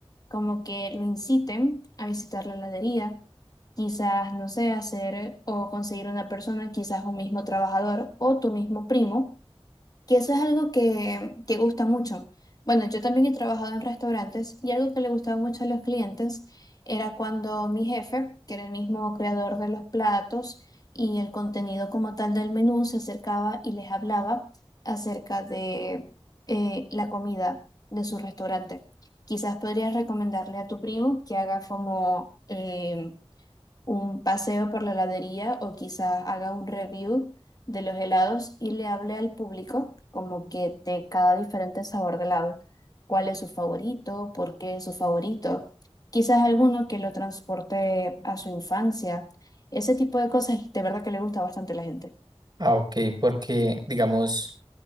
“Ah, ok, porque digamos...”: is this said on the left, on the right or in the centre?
Right